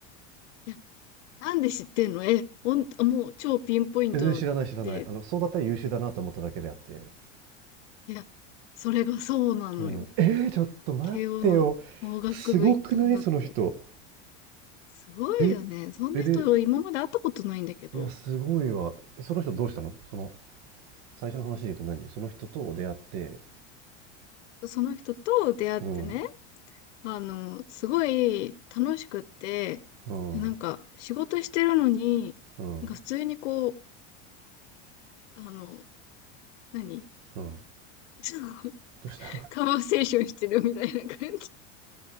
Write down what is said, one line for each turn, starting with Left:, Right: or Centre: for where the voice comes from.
Left: いや、なんで知ってんのえ、ほん、あもう超ピンポイントで
Right: 全然知らない知らない。あの、そうだったら優秀だなと思っただけであって。
Left: いや、それがそうなのよ。
Right: うん。えー、ちょっと待ってよ。
Left: 慶応の法学部行ったんだって。
Right: すごくないその人。
Left: すごいよね。
Right: え、
Left: そんな人今まで会ったことないんだけど、
Right: え、で、いや、すごいわ。えその人どうしたのその、最初の話で言うと何その人と出会って、
Left: その人と出会ってね、
Right: うん、
Left: あの、すごい楽しくって、
Right: うん、
Left: なんか仕事してるのに、
Right: うん、うん。
Left: なんか普通にこう、あの、何
Right: ど
Left: その <laughs>
Right: うした
Left: カババセーションしてるみたいな感じ。